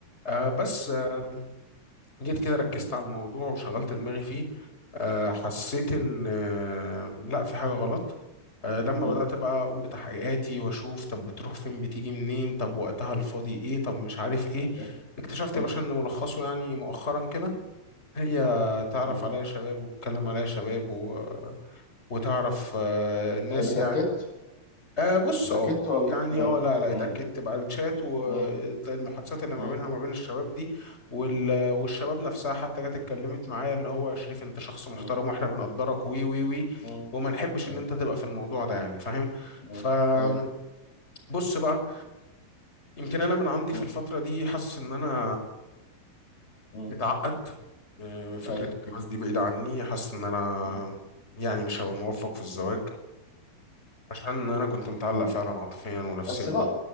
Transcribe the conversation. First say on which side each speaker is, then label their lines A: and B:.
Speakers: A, on the left; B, on the left.
A: آه، بس آه، جيت كده ركزت
B: امم امم
A: على الموضوع وشغلت دماغي فيه آه، حسيت إن آه، لا في حاجة غلط آه، لما
B: امم
A: بدأت بقى أقوم بتحقيقاتي وأشوف طب بتروح فين بتيجي منين طب وقتها الفاضي إيه طب مش عارف إيه
B: اي
A: اكتشفت
B: امم
A: يا باشا إن ملخصه يعني مؤخرا كده هي تعرف
B: امم
A: عليا شباب وبتكلم عليا شباب و... وتعرف آه، الناس
B: طيب اتأكدت
A: يعني أه بص
B: اتأكدت
A: اه
B: ولا
A: يعني
B: امم
A: اه لا لا
B: امم
A: اتأكدت بقى الشات والمحادثات
B: امم
A: اللي ما
B: امم
A: بينها وما بين الشباب دي وال... والشباب نفسها حتى جت اتكلمت معايا اللي هو يا شريف انت شخص محترم
B: امم
A: واحنا بنقدرك وي وي وي
B: امم
A: وما نحبش
B: امم
A: ان انت تبقى في الموضوع ده يعني فاهم
B: امم
A: فبص
B: اي
A: بقى يمكن انا من عندي
B: امم
A: في الفترة دي حاسس ان انا
B: امم
A: متعقد أه، فكرة
B: اي
A: الجواز دي بعيدة عني حاسس ان انا
B: امم
A: يعني مش هبقى موفق في الزواج عشان انا كنت متعلق فعلا عاطفيا ونفسيا
B: بس لا